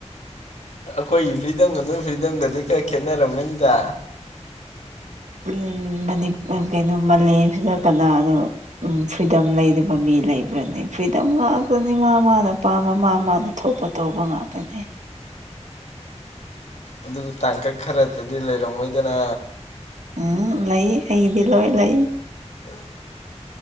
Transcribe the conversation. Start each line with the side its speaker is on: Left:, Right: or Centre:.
Left: ꯑꯈꯣꯏꯒꯤ ꯐ꯭ꯔꯤꯗꯝꯒ ꯅꯣꯏ ꯐ꯭ꯔꯤꯗꯝꯒꯗꯤ ꯈꯔ ꯈꯦꯠꯅꯔꯝꯒꯅꯤꯗ
Right: ꯄꯨꯟꯕꯅꯤ ꯑ‌ ꯀꯩꯅꯣ ꯃꯥꯂꯦꯝꯁꯤꯗ ꯀꯅꯥꯅꯣ ꯎꯝ ꯐ꯭ꯔꯤꯗꯝ ꯂꯩꯗꯕ ꯃꯤ ꯂꯩꯕ꯭ꯔꯅ‌ꯦ ꯐ꯭ꯔꯤꯗꯝ ꯉꯥꯛꯇꯅꯤ ꯃꯥ ꯃꯥꯅ ꯄꯥꯝꯕ ꯃꯥ ꯃꯥꯅ ꯊꯣꯛꯄ ꯇꯧꯕ ꯉꯥꯛꯇꯅ‌ꯦ
Left: ꯑꯗꯨꯒ ꯇꯥꯡꯀꯛ ꯈꯔꯗꯗꯤ ꯂꯩꯔꯝꯃꯣꯏꯗꯅ
Right: ꯎꯝ ꯂꯩ ꯑꯩꯒꯤꯗꯤ ꯂꯣꯏ ꯂꯩ
Left: <unintelligible>